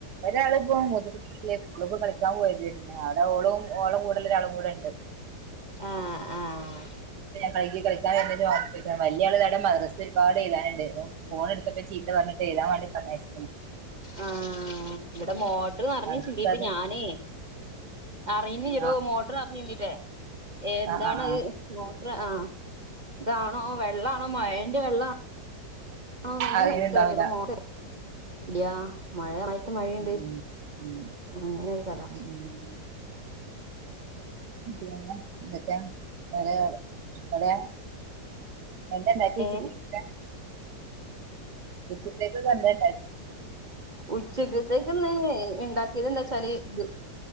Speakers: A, on the right (about 70°); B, on the right (about 30°).
A: ഒരാള് ഇപ്പം മുത്തച്ഛന്റെ വീട്ടിലെക്ക്‌ ഓള്പ്പോ കളിക്കാൻ പോയതാര്ന്നെ അവ്ടെ ഓളും ഓളെ കൂടെല്ല ഒരാളും കൂടെ ഇണ്ട്
B: ആഹ് ആഹ്
A: വൈകി കളിക്കാൻ ആര്ന്ന് ജോപ്പ് വല്യ ആള് താവിടെ മദ്രസ് ഒരുപാട് എഴുതാന്ണ്ടാര്ന്നു ഫോൺ എടുത്തപ്പോ ചീത്ത പറന്നിട്ട് എഴുതാൻ വേണ്ടി പറഞ്ഞയച്ച്ക്ക്‌ണ്
B: ആഹ് ഇവിടെ മോട്ട്റ് നറഞ്
A: മദ്രസ
B: ചിന്തിട്ട്
A: അത്
B: ഞാനേ അറിയുന്നില്ലടോ
A: ആ
B: മോട്ടറ് നരഞ് ചീന്തിട്ട് എന്താണ്ത്
A: ആ ആ ആ
B: മോട്ടർ ആ ഇതാണോ വെള്ളാണോ മഴെന്റെ വെള്ള ആണോ ഒന്നും
A: അറിയണുണ്ടാവില്ല
B: മനസ്സിലാവില്ലപ്പോ ഇല്ല മഴ മഴയൊണ്ട്
A: ഉം ഉം
B: അങ്ങനെ ഒരു കഥ
A: ഉം ഉം ഉം. പിന്നെ എന്തൊക്കെ വെറെ എവിടെയാ എന്താണ്ടാക്കി
B: ഏഹ്
A: ചില്ലി ചിക്കൻ ഉച്ചത്തെക്ക്‌ ഇപ്പ എന്താണ്ടാ
B: ഉച്ചക്കത്തേക്ക് ന്ന് ഉണ്ടാക്കിയത് എന്താച്ചാല് ഇത്